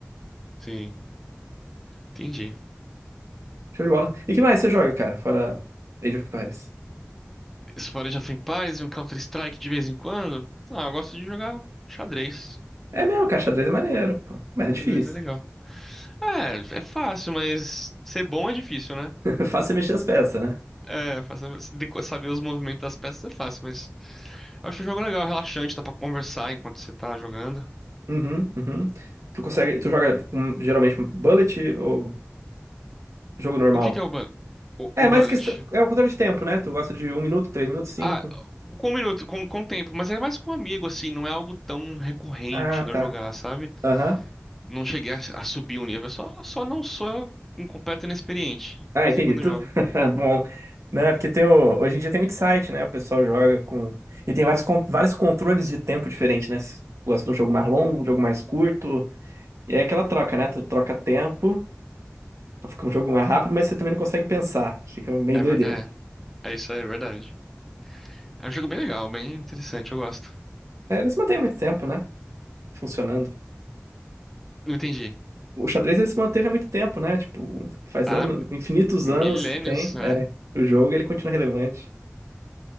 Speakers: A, in the centre; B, on the right.
A: Sim, entendi.
B: Show de bola. E que mais você joga, cara, fora Age of Empires?
A: Esse Forage of paz e um Counter-Strike de vez em quando? Ah, eu gosto de jogar xadrez.
B: É mesmo, cara, xadrez é maneiro, pô. Mas é difícil.
A: Mas É legal. É, é fácil, mas ser bom é difícil, né?
B: <laughs> Fácil é mexer as peças, né?
A: É, fácil- deco- saber os movimentos das peças é fácil, mas eu acho o jogo legal, relaxante, dá pra conversar enquanto você tá jogando.
B: Uhum, uhum. Tu consegue, tu joga com, geralmente bullet ou jogo normal?
A: O que que é o, bu- o,
B: É,
A: o bullet?
B: mas que é o controle de tempo, né? Tu gosta de um minuto, três minutos, cinco?
A: Ah, com um minuto, com, com tempo, mas é mais com um amigo, assim, não é algo tão recorrente
B: Ah, tá.
A: de eu jogar, sabe?
B: Aham.
A: Não cheguei a, a subir o nível, só, só não sou um completo inexperiente.
B: Ah,
A: De vez
B: entendi.
A: em quando
B: tudo
A: eu jogo.
B: <laughs> Bom, né? Porque tem o... hoje em dia tem muito site, né? O pessoal joga com e tem vários con- vários controles de tempo diferentes, né? Se tu Gosta de um jogo mais longo, um jogo mais curto. E aí é aquela troca, né? Tu troca tempo, pra ficar um jogo mais rápido, mas você também não consegue pensar. Fica meio
A: É,
B: doideira.
A: ver- é, é isso aí, é verdade. É um jogo bem legal, bem interessante, eu gosto.
B: É, mas mantém muito tempo, né? Funcionando.
A: Não entendi.
B: O xadrez ele se manteve há muito tempo, né? Tipo, faz
A: Ah,
B: anos, infinitos
A: Milênios,
B: anos que tem.
A: né?
B: É, o jogo ele continua relevante.